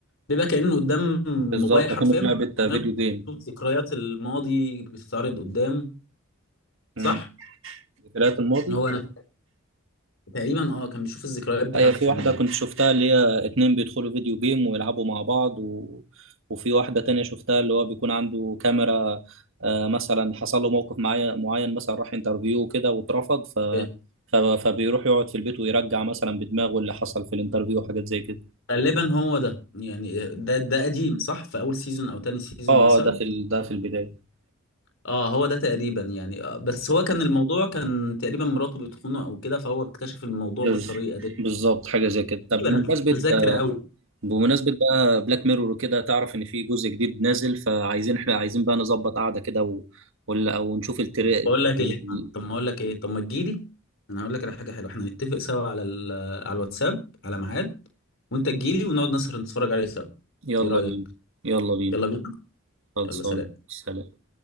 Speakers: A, on the left; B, on the right.
A: بيبقى كأنه قدام
B: بالظبط
A: موبايل حرفيا
B: كنا في
A: بس
B: لعبه
A: دماغه
B: فيديو جيم
A: بتشوف ذكريات الماضي بتتعرض قدامه
B: مم.
A: صح؟
B: ذكريات الماضي
A: هو انا تقريبا اه كان بيشوف الذكريات بتاعته
B: هي في
A: في
B: واحدة
A: الماضي
B: كنت شفتها اللي هي اتنين بيدخلوا فيديو جيم ويلعبوا مع بعض و... وفي واحدة تانية شفتها اللي هو بيكون عنده كاميرا آه مثلا حصل له موقف معين معين مثلا راح انترفيو كده واترفض ف...
A: أوكي.
B: ف... فبيروح يقعد في البيت ويرجع مثلا بدماغه اللي حصل في الانترفيو وحاجات زي كده
A: غالبا هو ده يعني ده ده قديم صح في اول سيزون او تاني سيزون
B: اه
A: مثلا
B: اه ده في ال... ده في البداية
A: اه هو ده تقريبا يعني آه بس هو كان الموضوع كان تقريبا مراته بتخونه او كده فهو اكتشف الموضوع
B: بز...
A: بالطريقه دي
B: بالظبط حاجة زي كده طب
A: تقريبا
B: بمناسبة
A: انا مش متذكر قوي
B: بمناسبة بقى بلاك ميرور وكده تعرف إن في جزء جديد نازل فعايزين إحنا عايزين بقى نظبط قعدة كده و... ولا أو نشوف التري
A: بقول لك ايه
B: ال...
A: طب ما اقول لك ايه طب ما تجيلي انا هقول لك على حاجه حلوه احنا نتفق سوا على ال... على الواتساب على ميعاد وانت تجيلي ونقعد نسهر نتفرج عليه سوا
B: يلا
A: ايه رايك
B: بينا يلا بينا
A: يلا بينا
B: خلصان
A: يلا سلام
B: سلام